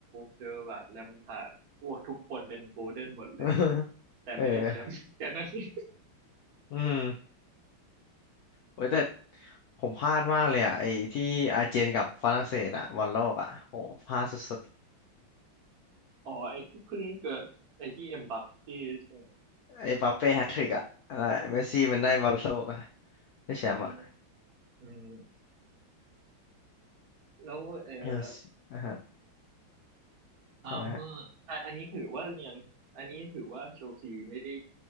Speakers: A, on the right; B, on the left.
A: เจอร์ราร์ดแลมพาร์ดโอ้ทุกคนเป็นโกลเด้นหมดเลย
B: <laughs>
A: แต่ไม่ได้แชมป์
B: เออ
A: <laughs> แต่นั้นนี
B: อืม โอ้ยแต่ผมพลาดมากเลยอ่ะไอ้ที่อาร์เจนกับฝรั่งเศสอ่ะบอลโลกอ่ะโหพลาดสุด
A: อ๋อไอ้ที่เพิ่งเกิดไอ้ที่เอ็มบัปเป้ใช่ไหม
B: ๆไอ้มบัปเป้แฮตทริกอ่ะแล้วเมสซี่มันได้บอลโลกอ่ะได้แชมป์อ่ะ
A: อืมอืมแล้วเอ่อ
B: เออสอ่ะฮะ
A: อาร์เมอร์อ่ะอันนี้ถือว่ายังอันนี้ถือว่าเชลซีไม่ได้
B: ทำไมฮะ